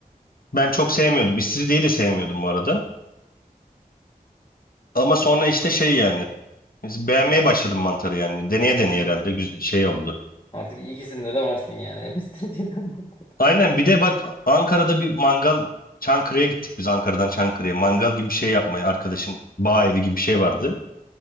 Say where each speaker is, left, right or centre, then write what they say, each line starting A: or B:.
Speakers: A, on the left; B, on the left.
A: Ben çok sevmiyordum. İstiridyeyi de sevmiyordum bu arada. Ama sonra işte şey yani Biz Beğenmeye başladım mantarı yani. Deneye deneye herhalde güz- şey oldu.
B: Artık ikisinde de varsın yani. <laughs> Hem istiridyeden mantar.
A: Aynen bir de bak Ankara'da bir mangal Çankırı'ya gittik biz Ankara'dan Çankırı'ya. Mangal gibi bir şey yapmaya arkadaşın bağ evi gibi bir şey vardı.